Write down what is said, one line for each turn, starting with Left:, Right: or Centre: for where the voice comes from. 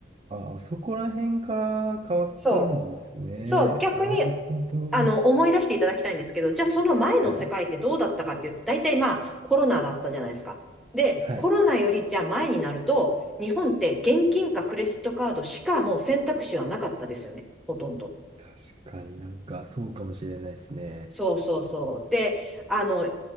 Right: あ、あそこら辺から変わったんですね。
Centre: そう。そう、逆に、
Right: なるほど。
Centre: あの、思い出していただきたいんですけど、じゃあその前の世界ってどうだったかっていうと、
Right: はい。
Centre: 大体まあ、コロナだったじゃないですか。で、
Right: はい。
Centre: コロナよりじゃあ前になると、日本って現金かクレジットカードしかもう選択肢はなかったですよね。ほとんど。
Right: 確かになんかそうかもしれないですね。
Centre: そうそうそう。で、あの、